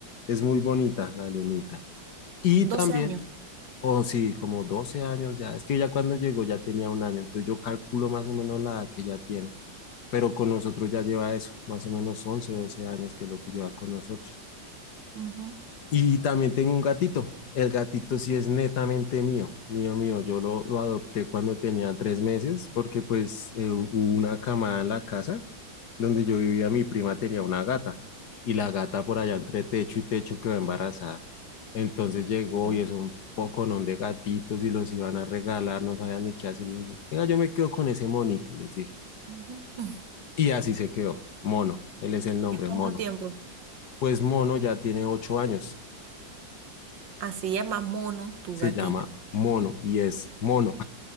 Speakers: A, on the left; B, on the right.
A: Es muy bonita la lunita. Y
B: 12
A: también,
B: años.
A: o sí, como 12 años ya, es que ya cuando llegó ya tenía un año, entonces yo calculo más o menos la edad que ya tiene, pero con nosotros ya lleva eso, más o menos 11 12 años que es lo que lleva con nosotros.
B: Ujú.
A: Y también tengo un gatito. El gatito sí es netamente mío, mío, mío. Yo lo, lo adopté cuando tenía tres meses porque pues eh, hubo una camada en la casa donde yo vivía, mi prima tenía una gata y la gata por allá entre techo y techo quedó embarazada. Entonces llegó
B: Ya.
A: y es un poconón de gatitos y los iban a regalar, no sabían ni qué hacer. Y yo, Venga, yo me quedo con ese monito, les dije.
B: Ujú. <laughs>
A: Y así se quedó, Mono, él es el nombre,
B: ¿Ya cuánto
A: Mono.
B: tiempo?
A: Pues Mono ya tiene ocho años.
B: Ah, se llama Mono, tu
A: se
B: gatito.
A: llama Mono y es Mono,